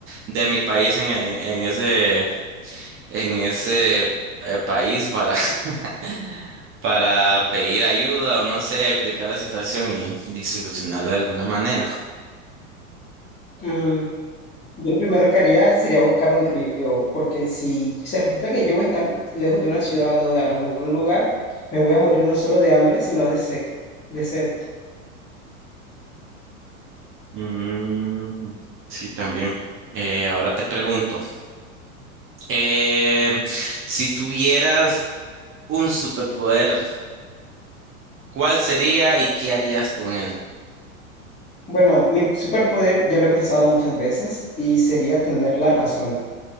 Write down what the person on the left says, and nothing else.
Mm, yo lo primero que haría sería buscar un río, porque si se resulta que yo voy a estar lejos de una ciudad o de algún lugar, me voy a morir no solo de hambre, sino de sed, de sed.
Bueno, mi superpoder ya lo he pensado muchas veces y sería tener la razón.